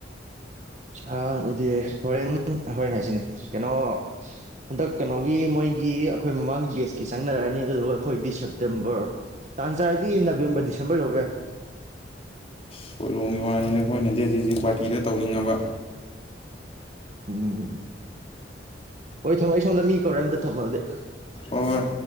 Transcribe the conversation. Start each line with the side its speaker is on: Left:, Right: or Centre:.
Right: ꯁꯥ ꯎꯗꯤ ꯍꯣꯔꯦꯟ ꯍꯣꯔꯦꯟ ꯍꯥꯏꯁꯤꯅꯦ ꯀꯩꯅꯣ ꯍꯟꯗꯛ ꯀꯩꯅꯣꯒꯤ ꯃꯣꯏꯒꯤ ꯑꯩꯈꯣꯏ ꯃꯃꯥꯡꯒꯤ ꯕꯦꯁꯀꯤ ꯆꯪꯅꯔꯛꯑꯅꯤ ꯑꯗꯨꯗꯨꯒ ꯑꯩꯈꯣꯏꯗꯤ ꯁꯦꯞꯇꯦꯝꯕꯔ ꯇꯥꯟ ꯆꯥꯔꯗꯤ ꯅꯕꯦꯝꯕꯔ ꯗꯤꯁꯦꯝꯕꯔ ꯌꯧꯕꯦ
Left: ꯁꯣꯏꯔꯣꯝꯒꯤ ꯋꯥꯅꯤꯗ ꯑꯩꯈꯣꯏꯅꯗꯤ ꯍꯧꯖꯤꯛ ꯍꯧꯖꯤꯛ ꯄꯥꯔꯇꯤꯗ ꯇꯧꯅꯤꯡꯉꯕ
Right: ꯎꯝ ꯍꯣꯏ ꯊꯝꯃꯣ ꯑꯩ ꯁꯣꯝꯗ ꯃꯤ ꯀꯧꯔꯦ ꯑꯝꯇ ꯊꯝꯃꯗꯤ
Left: ꯑꯣꯏ